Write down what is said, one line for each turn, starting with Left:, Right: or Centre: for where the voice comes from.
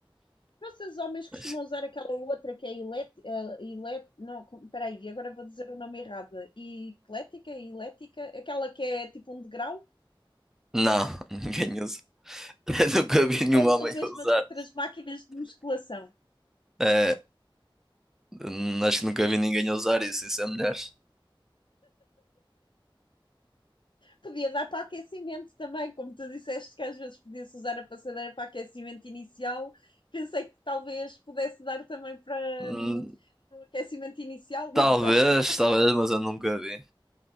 Left: Vocês homens costumam
Centre: Mas-
Left: usar aquela outra que é elet, eh, elet, não, co- peraí, agora vou dizer o nome errado. E Eclética, elética, aquela que é tipo um degrau.
Centre: Não, <laughs> ninguém usa. <laughs> nunca vi nenhum
Left: Ou
Centre: homem
Left: usam mesmo
Centre: a usar.
Left: as outras máquinas de musculação.
Centre: É, hum, acho que nunca vi ninguém a usar isso. Isso é mulheres.
Left: Podia dar para aquecimento também, como tu disseste que às vezes podia-se usar a passadeira para aquecimento inicial. Pensei que talvez pudesse dar também para,
Centre: Hum,
Left: hum, para o aquecimento inicial,
Centre: Talvez,
Left: <laughs> não sei.
Centre: talvez, mas eu nunca vi.